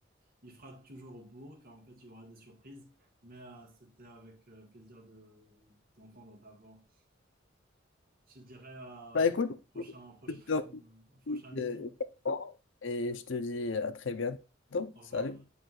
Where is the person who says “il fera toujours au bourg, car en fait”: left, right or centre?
Right